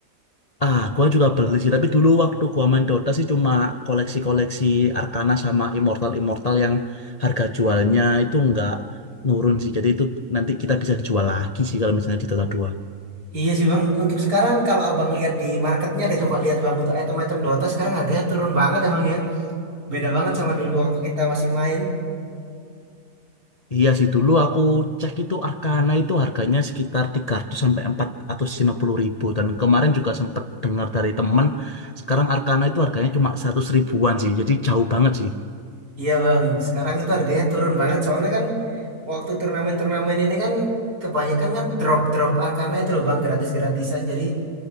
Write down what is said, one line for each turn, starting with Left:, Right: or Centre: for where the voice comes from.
Left: Ah, gua juga beli sih, tapi dulu waktu gua main Dota sih cuma koleksi-koleksi Arcana sama Immortal-Immortal yang harga jualnya itu nggak nurun sih. Jadi itu nanti kita bisa jual lagi sih kalau misalnya di Dota dua
Right: Iya sih bang, untuk sekarang kalau abang lihat di marketnya deh coba lihat bang untuk item-item Dota sekarang harganya turun banget ya bang ya. Beda banget sama dulu waktu kita masih main.
Left: Iya sih, dulu aku cek itu Arcana itu harganya sekitar 300 sampai empat ratus lima puluh ribu. Dan kemarin juga sempat dengar dari temen, sekarang Arcana itu harganya cuma seratus ribuan sih. Jadi jauh banget sih.
Right: Iya bang, sekarang itu harganya turun banget soalnya kan waktu turnamen-turnamen ini kan kebanyakan kan drop-drop Arcana itu loh bang gratis-gratisan jadi